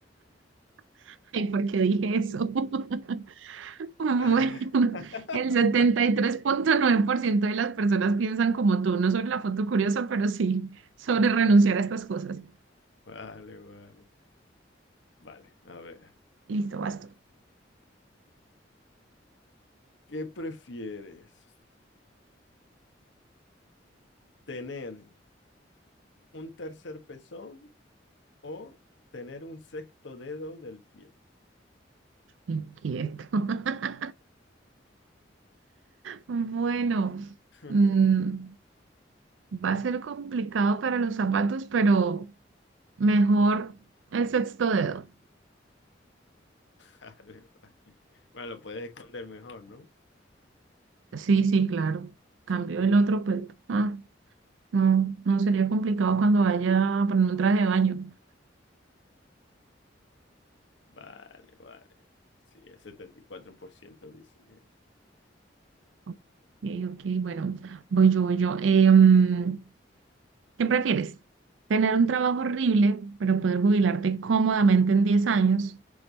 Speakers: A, on the right; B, on the left.
A: <laughs> Ay, ¿por qué dije eso? <laughs> <laughs> Bueno,
B: <laughs>
A: el setenta y tres punto nueve por ciento de las personas piensan como tú, no sobre la foto curiosa, pero sí sobre renunciar a estas cosas.
B: Vale, vale. Vale, a ver.
A: Listo, basta.
B: ¿Qué prefieres? ¿Tener un tercer pezón o tener un sexto dedo del pie?
A: Inquieto. <laughs> Bueno,
B: <laughs>
A: mm, va a ser complicado para los zapatos, pero mejor el sexto dedo.
B: Vale, vale. Bueno, lo puedes esconder mejor, ¿no?
A: Sí, sí, claro. Cambio
B: Supongo.
A: el otro, pues, ah, no, no sería complicado cuando vaya a poner un traje de baño.
B: Vale, vale. Sí, el 74% dice que...
A: Ok, ok, bueno, voy yo, voy yo. Em, ¿Qué prefieres? ¿Tener un trabajo horrible, pero poder jubilarte cómodamente en 10 años?